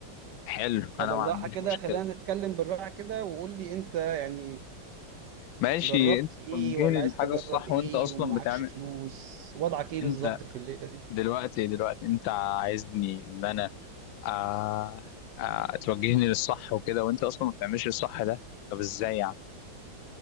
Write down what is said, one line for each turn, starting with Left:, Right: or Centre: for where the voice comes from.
Left: حلو
Right: فبالراحة
Left: انا ما عنديش
Right: كده
Left: مشكله
Right: خلينا نتكلم بالراحة كده وقول لي انت يعني
Left: ماشي
Right: جربت
Left: انت
Right: ايه
Left: توجهني
Right: ولا عايز
Left: للحاجه
Right: تجرب
Left: الصح
Right: ايه
Left: وانت اصلا
Right: ومعكش
Left: بتعمل
Right: فلوس وضعك ايه بالظبط
Left: انت
Right: في الليله دي
Left: دلوقتي دلوقتي انت عايزني ان انا آه آه توجهني للصح وكده وانت اصلا ما بتعملش الصح ده طب ازاي يعني